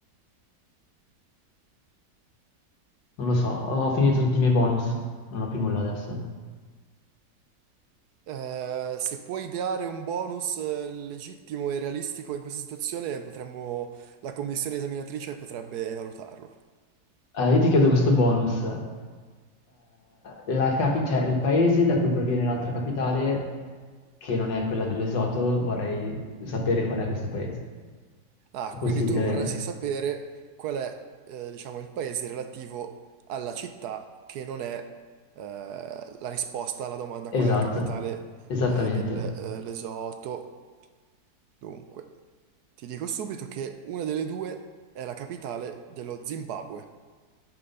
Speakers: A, on the left; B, on the right.
A: Non lo so, ho finito tutti i miei bonus, non ho più nulla adesso.
B: Eh, se puoi ideare un bonus eh, legittimo e realistico in questa situazione, potremmo, la commissione esaminatrice potrebbe valutarlo.
A: Eh, io ti chiedo questo bonus. Eh, la capi- cioè, il paese da cui proviene l'altra capitale, che non è quella dell'Esoto, vorrei sapere qual è questo paese.
B: Ah,
A: È possibile
B: quindi tu
A: averla?
B: vorresti sapere qual è, eh, diciamo, il paese relativo alla città che non è, eh, la risposta alla domanda
A: Esatto,
B: qual è la capitale,
A: esattamente.
B: eh, del, eh, Lesotho. Dunque, ti dico subito che una delle due è la capitale dello Zimbabwe.